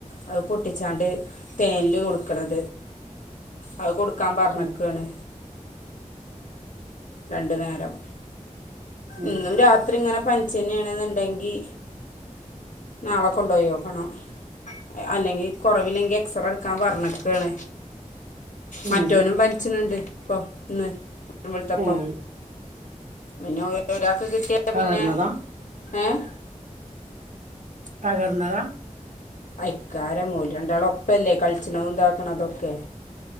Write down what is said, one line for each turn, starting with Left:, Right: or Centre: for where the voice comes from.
Left: അത് പൊട്ടിച്ചാണ്ട് തേൻല് കൊടുക്കണത് അത് കൊടുക്കാൻ പറഞ്ഞക്കാണ്
Right: ഉം
Left: രണ്ട്നേരം
Right: ഉം
Left: ഇന്നും രാത്രി ഇങ്ങനെ പനിച്ചന്നെണെന്ന്ണ്ടെങ്കി നാള കൊണ്ടൊയി നോക്കണം അല്ലെങ്കി കൊറവില്ലെങ്കി എക്സറെ എടുക്കാൻ പറഞ്ഞക്കാണ്
Right: ഉം
Left: മറ്റോനും പൻച്ച്ണ് ണ്ട് ഇപ്പൊ ഇന്ന് തപ്പം
Right: ഉം.
Left: പിന്നെ ഓരൊരാ ക്ക് കിട്ടിയാ
Right: തകർന്നതാ
Left: പിന്നെ ഏഹ്
Right: പകർന്നതാ
Left: അയ്ക്കാര ഓല് രണ്ടാളുഒപ്പല്ലേ കളിച്ചണുംതാക്കണതൊക്കെ